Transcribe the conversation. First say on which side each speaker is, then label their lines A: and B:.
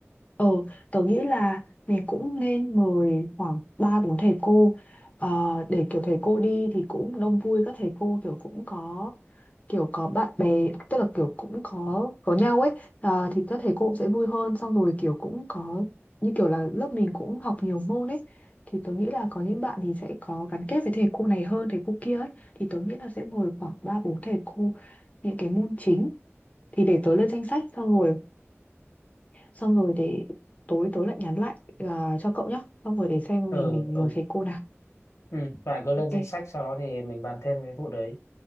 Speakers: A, on the left (about 30°); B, on the left (about 80°).
A: Ờ, tớ nghĩ là mình cũng nên mời khoảng ba bốn thầy cô ờ, để kiểu thầy cô đi thì cũng đông vui các thầy cô kiểu cũng có kiểu có bạn bè tức là kiểu cũng có có nhau ấy Ờ, thì các thầy cô cũng sẽ vui hơn xong rồi kiểu cũng có như kiểu là lớp mình cũng học nhiều môn ấy thì tớ nghĩ là có những bạn thì sẽ có gắn kết với thầy cô này hơn thầy cô kia ấy thì tớ nghĩ là sẽ mời khoảng 3 4 thầy cô những cái môn chính thì để tớ lên danh sách xong rồi xong rồi để tối tối lại nhắn lại à, cho cậu nhá xong rồi để xem
B: Ừ
A: mình mình ngồi
B: ừ.
A: thầy cô nào
B: Ừ, bạn cứ lên
A: ok
B: danh sách sau đó thì mình bàn thêm cái vụ đấy.